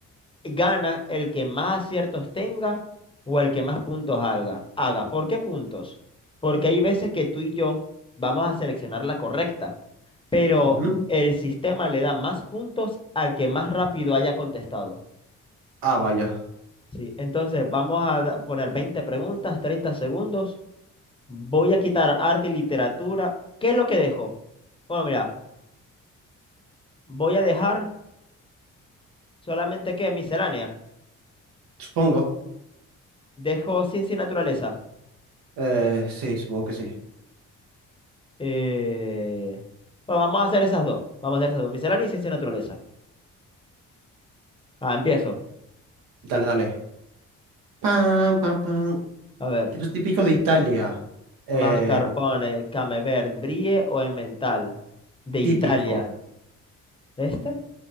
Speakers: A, on the left; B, on the right.
A: gana el que más aciertos tenga o el que más puntos haga. Haga. ¿Por qué puntos? Porque hay veces que tú y yo vamos a seleccionar la correcta, pero
B: Ujú.
A: el sistema le da más puntos al que más rápido haya contestado.
B: Ah, vaya.
A: Sí, entonces vamos a da- poner 20 preguntas, 30 segundos. Voy a quitar arte y literatura. ¿Qué es lo que dejo? Bueno, mira, voy a dejar solamente que miscelánea.
B: Supongo.
A: Dejo ciencia y naturaleza.
B: Eh, sí, supongo que sí.
A: Eh, bueno, vamos a hacer esas dos. Vamos a hacer esas dos. Miscelánea y ciencia y naturaleza. Ah, empiezo.
B: Dale, dale. Pam, pam, pam.
A: A ver.
B: Eso es típico de Italia. Eh,
A: Mascarpone, Camembert, Brie o Emmental. De Italia.
B: típico.
A: ¿Este?